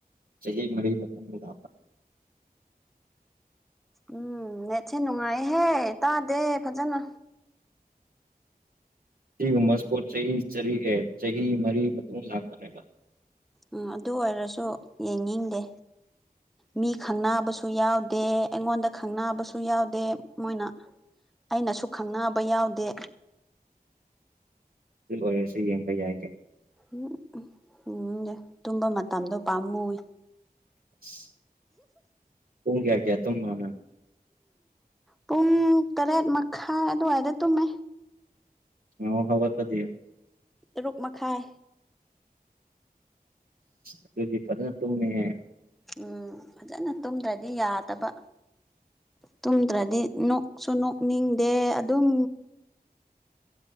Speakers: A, on the right (about 70°); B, in the centre.
A: ꯆꯍꯤ ꯃꯔꯤ ꯃꯇꯨꯡꯗ ꯂꯥꯛꯄ
B: ꯎꯝ ꯅꯦꯠꯁꯦ ꯅꯨꯡꯉꯥꯏꯍꯦ ꯇꯥꯗꯦ ꯐꯖꯅ
A: ꯁꯤꯒꯨꯝꯕꯁ꯭ꯄꯣꯠ ꯆꯍꯤ ꯆꯔꯤ ꯑꯦ ꯃꯔꯤ ꯃꯇꯨꯡ ꯂꯥꯛꯄꯅꯦꯕ
B: ꯎꯝ ꯑꯗꯨ ꯑꯣꯏꯔꯁꯨ ꯌꯦꯡꯅꯤꯡꯗꯦ ꯃꯤ ꯈꯪꯅꯕꯁꯨ ꯌꯥꯎꯗꯦ ꯑꯩꯉꯣꯟꯗ ꯈꯪꯅꯕꯁꯨ ꯌꯥꯎꯗꯦ ꯃꯣꯏꯅ ꯑꯩꯅꯁꯨ ꯈꯪꯅꯕ ꯌꯥꯎꯗꯦ
A: ꯑꯗꯨ ꯑꯣꯏꯔꯁꯨ ꯌꯦꯡꯕ ꯌꯥꯏ ꯀꯩ
B: ꯎꯝ ꯌꯦꯡꯅꯤꯡꯗꯦ ꯇꯨꯝꯕ ꯃꯇꯝꯗꯣ ꯄꯥꯝꯃꯨꯏ
A: <inaudible> ꯄꯨꯡ ꯀꯌꯥ ꯀꯌꯥ ꯇꯨꯝꯕꯔꯣ ꯅꯪ
B: ꯄꯨꯡ ꯇꯔꯦꯠ ꯃꯈꯥꯏ ꯑꯗꯨꯋꯥꯏꯗ ꯇꯨꯝꯃꯦ
A: ꯑꯣ ꯍꯧꯒꯠꯄꯗꯤ
B: ꯇꯔꯨꯛ ꯃꯈꯥꯏ
A: ꯑꯗꯨꯗꯤ ꯐꯖꯅ ꯇꯨꯝꯃꯦꯍꯦ
B: ꯎꯝ ꯐꯖꯅ ꯇꯨꯝꯗ꯭ꯔꯗꯤ ꯌꯥꯗꯕ ꯇꯨꯝꯗ꯭ꯔꯗꯤ ꯅꯣꯛꯁꯨ ꯅꯣꯛꯅꯤꯡꯗꯦ ꯑꯗꯨꯝ